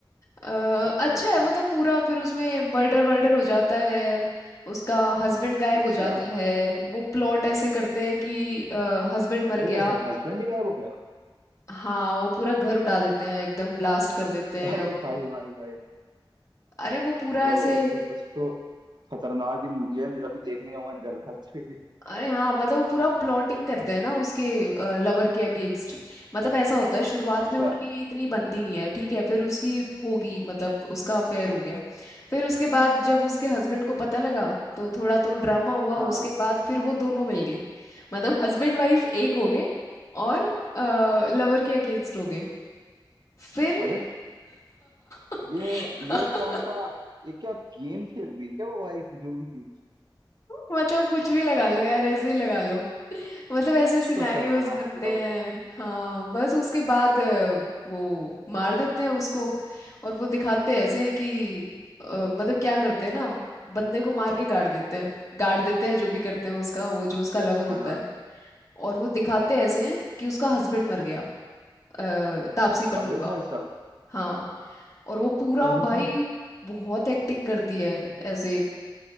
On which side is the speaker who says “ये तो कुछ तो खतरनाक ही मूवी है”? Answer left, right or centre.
Right